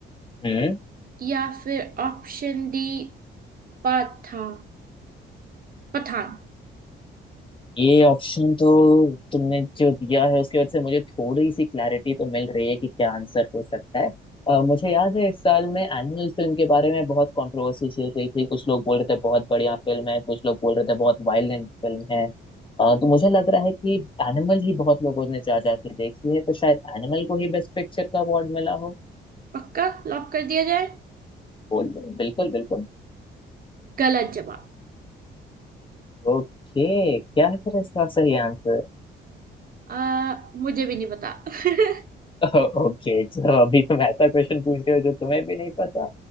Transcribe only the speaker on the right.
या फिर ऑप्शन डी पथा पठान
पक्का लॉक कर दिया जाए
गलत जवाब
आ, मुझे भी नहीं पता <laughs>